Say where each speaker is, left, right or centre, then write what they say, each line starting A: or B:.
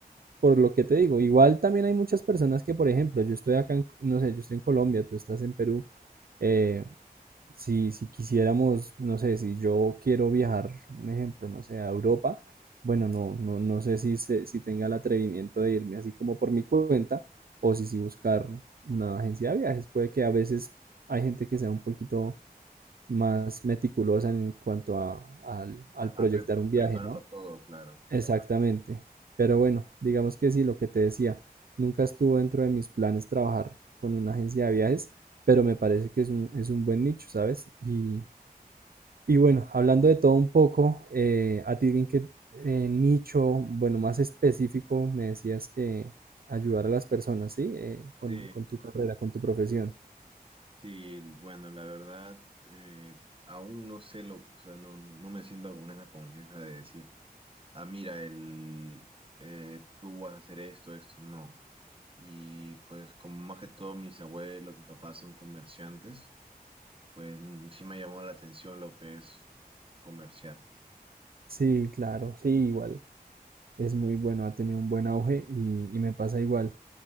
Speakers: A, on the right; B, on the right.
A: por lo que te digo, igual también hay muchas personas que, por ejemplo, yo estoy acá, en- no sé, yo estoy en Colombia, tú estás en Perú. eh, si, si quisiéramos, no sé, si yo quiero viajar, un ejemplo, no sé, a Europa, bueno, no, no, no sé si, se- si tenga el atrevimiento de irme así como por mi cuenta o si, si buscar una agencia de viajes. Puede que a veces hay gente que sea un poquito más meticulosa en cuanto a, al, al
B: a,
A: proyectar
B: a pre-
A: un viaje,
B: prepararlo
A: ¿no?
B: todo, claro.
A: Exactamente. Pero bueno, digamos que sí, lo que te decía, nunca estuvo dentro de mis planes trabajar con una agencia de viajes, pero me parece que es un, es un buen nicho, ¿sabes? Y, y bueno, hablando de todo un poco, eh, a ti en qué eh, nicho, bueno, más específico, me decías que ayudar a las personas, ¿sí? Eh, con,
B: Sí,
A: con tu carrera, con tu profesión.
B: sí, bueno, la verdad, eh, aún no sé lo, o sea, no, no no me siento con esa confianza de decir, ah, mira, el, eh, tú vas a hacer esto, esto, no. Y pues como más que todo mis abuelos, mi papá son comerciantes. pues sí me llamó la atención lo que es comerciar.
A: Sí, claro, sí, igual. Es muy bueno, ha tenido un buen auge y, y me pasa igual.